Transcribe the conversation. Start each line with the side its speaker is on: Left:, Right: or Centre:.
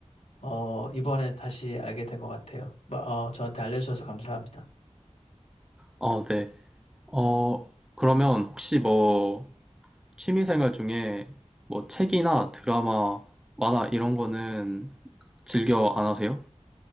Left: 어, 이번에 다시 알게 된 것 같아요. 마- 어, 저한테 알려주셔서 감사합니다.
Centre: 어, 네. 어, 그러면 혹시 뭐 취미생활 중에 뭐 책이나 드라마, 만화 이런 거는 즐겨 안 하세요?